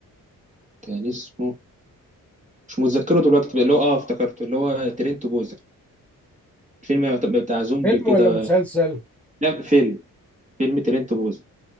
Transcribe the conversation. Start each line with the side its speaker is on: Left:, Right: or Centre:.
Right: كان اسمه مش متذكره دلوقتي بقى اللي هو اه افتكرته اللي هو ترينت بوزة الفيلم بتاع زومبي
Centre: فيلم
Right: كده
Centre: ولا مسلسل
Right: لا فيلم فيلم ترينت بوزة